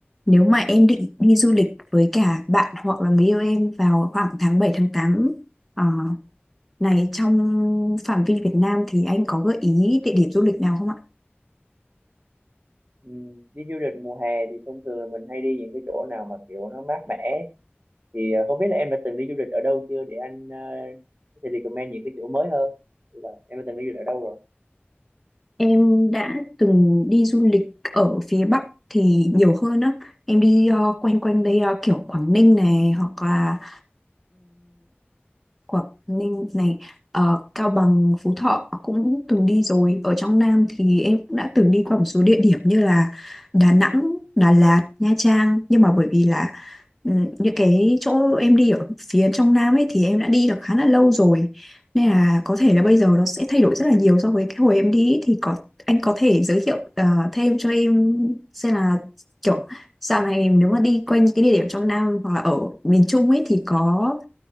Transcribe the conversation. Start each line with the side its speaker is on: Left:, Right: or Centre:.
Centre: Nếu mà em định đi du lịch với cả bạn hoặc là người yêu em vào khoảng tháng 7 tháng tám ờ, này trong phạm vi Việt Nam thì anh có gợi ý địa điểm du lịch nào không ạ?
Right: Ừ, đi du lịch mùa hè thì thông thường là mình hay đi những cái chỗ nào mà kiểu nó mát mẻ thì ờ, không biết là em đã từng đi du lịch ở đâu chưa để anh ờ, có thể recommend những cái chỗ mới hơn Như vậy, em đã từng đi du lịch ở đâu rồi
Centre: Em đã từng đi du lịch ở phía Bắc thì nhiều hơn đó. Em đi ờ, quanh quanh đây ờ, kiểu Quảng Ninh này hoặc là Quảng Ninh này ờ, Cao Bằng Phú Thọ cũng từng đi rồi ở trong Nam thì em cũng đã từng đi qua một số địa điểm như là Đà Nẵng Đà Lạt Nha Trang nhưng mà bởi vì là ừ, những cái chỗ em đi ở phía trong Nam ấy thì em đã đi được khá là lâu rồi nên là có thể là bây giờ nó sẽ thay đổi rất là nhiều so với cái hồi em đi ấy. thì có anh có thể giới thiệu ờ, thêm cho em xem là kiểu dạo này nếu mà đi quanh cái địa điểm trong Nam hoặc là ở miền Trung ấy thì có